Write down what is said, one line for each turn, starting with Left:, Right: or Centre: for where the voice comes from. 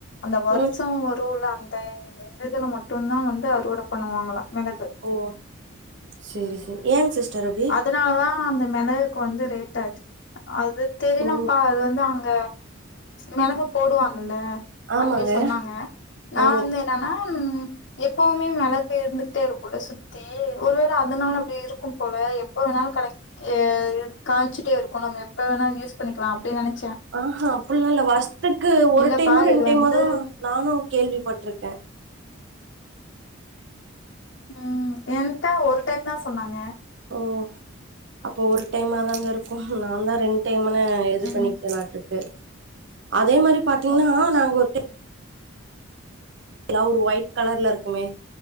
Left: அந்த வருஷோ
Right: ம்
Left: ஒரு ல அந் இந்த எங்க இதுல மட்டு தா வந்து அறுவட பண்ணுவாங்களா மெளகு
Right: ஓ சேரி சேர் ஏ சிஸ்டர் அப்டி
Left: அதனால தா அந்த மெளக் குவந்து ரேட் அதிகோ அது தெரிலம்ப்பா
Right: ஓ
Left: அது வந்து அங்க மெளகு போடு வாங்கல்ல
Right: ஆமாங்க
Left: அங்கே சொன்னாங்க நா
Right: ஓ
Left: வந்து என் னானா ம் எப்பவுமே மெளகு இருந்துகிட்டே இருக்குல சுத் தி ஒரு வேள அதனால அப்டி இருக்கும் போல எப்ப வேணாலு கடைக் ஏ ட் காச்சிடே இருக்கு நம்ம எப்ப வேணாலு யூஸ் பண்ணிக்கலா அப்டி நெனச்ச
Right: அ ஆ அப்புல்லா இல்ல வருஸ்த்துக்கு ஒரு
Left: இல்லப்பா
Right: டைமோ ரெண்டு
Left: இது
Right: டைமோ
Left: வந்து
Right: தா நானு கேள்விப்பட்ருக்க
Left: ம் என்ட ஒரு டைம் தா சொன்னாங்க
Right: ஓ அப்ப ஒரு டைமா தாங்க இருக்கும் நா தா ரெண் டேமன இது
Left: ம்
Right: பண்ணிகிட்னாருக்கு அதே மாறி பாத்தீங்னா
Left: ஓ
Right: நாங்க
Left: ஸ்
Right: ஒரு டே கிளவ்டு ஒயிட் கலர்ல இருக்குமே